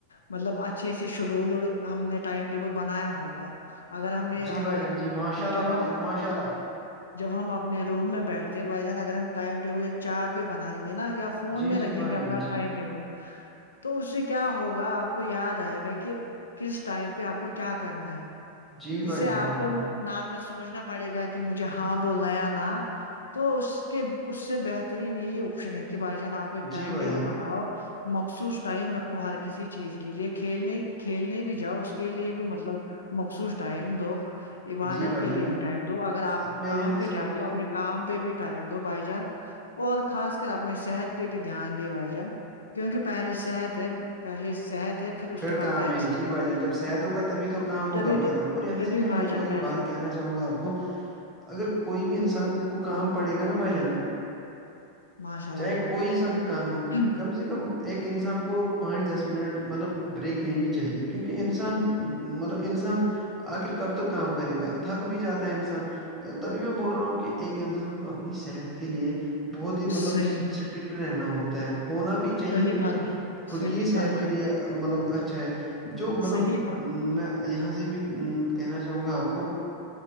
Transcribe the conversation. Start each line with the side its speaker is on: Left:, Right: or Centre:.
Left: مطلب اچ اچھے سے شیڈول ہم نے ٹائم ٹیبل بنایا ہوگا اگر ہم نے
Centre: جی
Left: ہم
Centre: بھائی جان جی ماشاء اللہ
Left: جب
Centre: بھائی
Left: ہم
Centre: جان ماشاء اللہ
Left: جب ہم اپنے روم میں بیٹھتے بائی جان اگر ہم ٹائم ٹیبل ایک چارٹ پہ بنائیں گے نا یا فون
Centre: جی
Left: میں رکھیں
Centre: جی بھائی
Left: گے
Centre: جان
Left: اپنا
Centre: جی
Left: ٹائم ٹیبل تو اس سے کیا ہوگا آپ کو یاد گا کہ کس ٹائم پہ آپ کو کیا کرنا ہے
Centre: جی
Left: جس
Centre: بھائی
Left: سے
Centre: جان
Left: آپ
Centre: ماشاء
Left: کو
Centre: اللہ
Left: ناک پھر سوچنا پڑے گا کہ مجھے ہاں بولنا یا نہ تو اس کے اس سے بہترین یہی آپشن ہے کہ بھائی جان آپ ایک ٹائم
Centre: جی بھائی
Left: ٹیبل
Centre: جان
Left: بناؤ مخصوص ٹائم رکھو ہر کسی چیز کے لیے کھیلنے کھیلنے بھی جاؤ اس کے لیے بھی مطلب مخصوص ٹائم دو عبادت
Centre: جی بھائی
Left: کے
Centre: جان
Left: لیے
Centre: اب
Left: بھی ٹائم دو اگر آپ
Centre: اب میں
Left: کام
Centre: یہاں
Left: پہ
Centre: سے
Left: جاتے
Centre: آپ
Left: ہو
Centre: کو
Left: اپنے کام پہ بھی ٹائم دو بائی چانس اور خاص کر اپنے صحت پہ بھی دھیان دے بھائی جان کیونکہ پہلیے صحت ہے پہلیے صحت ہے اس
Centre: پھر
Left: کے بعد
Centre: کام
Left: پیسے
Centre: ہے جی بھائی جان جب شحید ہوگا تبھی تو کام ہوگا
Left: تبھی
Centre: بھائی
Left: تو
Centre: جان اور یہاں
Left: تبھی
Centre: سے میں
Left: بھائی
Centre: اور
Left: جان
Centre: ایک
Left: پیسے
Centre: بات
Left: ملے
Centre: کہنا چاہوں گا آپ کو اگر کوئی بھی انسان کو کام پڑے گا نا بھائی جان
Left: ماشاء اللہ
Centre: چاہے
Left: بھائی
Centre: کوئی سا بھی کام ہو
Left: جان
Centre: کم سے کم ایک انسان کو پانچ دس منٹ مطلب بریک لینی چاہیے کہ کیونکہ انسان مطلب انسان آخر کب تک کام کرے گا تھک بھی جاتا ہے انسان تبھی میں بول رہا ہوں کہ ایک انسان کو اپنی صحت کے لیے بہت ہی مطلب
Left: صحیح
Centre: اسٹرکٹ رہنا ہوتا ہے ہونا بھی چاہیے
Left: صحیح
Centre: کیونکہ
Left: فرما
Centre: خود
Left: صحیح
Centre: کی صحت
Left: فرمایا
Centre: کے لیے مطلب اچھا ہے جو مطلب
Left: صحیح
Centre: میں یہاں سے بھی کہنا چاہوں گا آپ کو